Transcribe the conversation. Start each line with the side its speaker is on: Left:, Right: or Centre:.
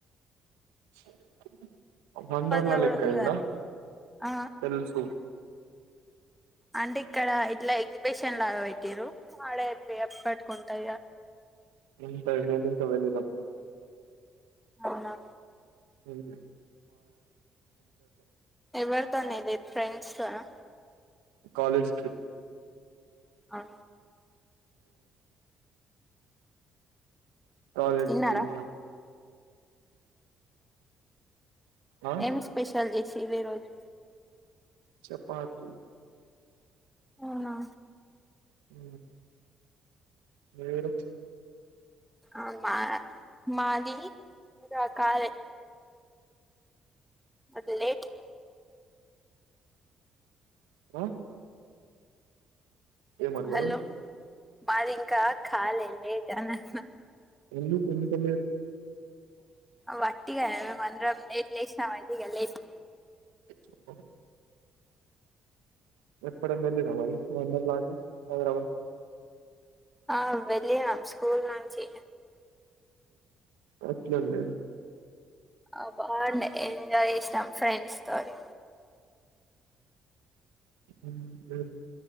Right: చుదువు కోని వండర్లా
Centre: లో కూడా
Right: లెక్కయ్యిందా
Centre: ఉంది కదా ఆ
Right: తెలుసు
Centre: అంటే ఇక్కడ ఇట్లా ఎగ్జిబిషన్ లాగా పెట్టరు వాడే ఎ పెట్టుకుంటా
Right: ఏంత నేను ఇంత వెళ్ళినం
Centre: అవునా
Right: అవును
Centre: ఎవరితోనే ఎల్లి ఫ్రెండ్ సోనా
Right: కాలేజ్ ట్రిప్
Centre: అవునా
Right: కాలేజీ
Centre: తిన్నారా
Right: పిల్లలు ఆ
Centre: ఎం స్పెషల్ చే శివ ఈ రోజు
Right: చపాతి
Centre: అవునా
Right: ఊ మీరు
Centre: ఆ మా మాది ఇంగ కాలే అది లేట్
Right: ఆ ఏం అన్నారు
Centre: హలో మాది ఇంకా కాలే లేట్ అని అన్న
Right: ఎందుకు ఇంత లేట్
Centre: వట్టిగా మేము అందరం లేట్ లేశినం ఐతే ఇగ లేసి
Right: <inaudible> ఎప్పుడన్నా వెళ్లిర్రా మరి వండర్లా కి హైదరాబాద్
Centre: ఆ వెళ్ళినం స్కూల్ నుంచి
Right: ఎట్లండి
Centre: ఆ బాగుండే ఎంజయ్ చేసినం ఫ్రెండ్స్ తోటి
Right: ఉహు హు